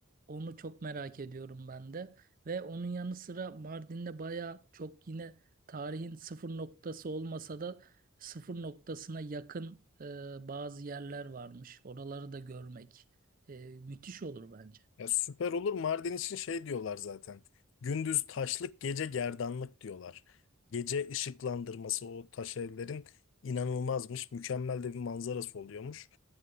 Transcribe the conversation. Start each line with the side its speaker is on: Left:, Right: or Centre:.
Right: Onu çok merak ediyorum ben de. Ve onun yanı sıra Mardin'de baya çok yine tarihin sıfır noktası olmasa da sıfır noktasına yakın e, bazı yerler varmış. Oraları da görmek e, müthiş olur bence.
Left: Ya süper olur. Mardin için şey diyorlar zaten. Gündüz taşlık, gece gerdanlık diyorlar. Gece ışıklandırması o taş evlerin inanılmazmış. Mükemmel de bir manzarası oluyormuş.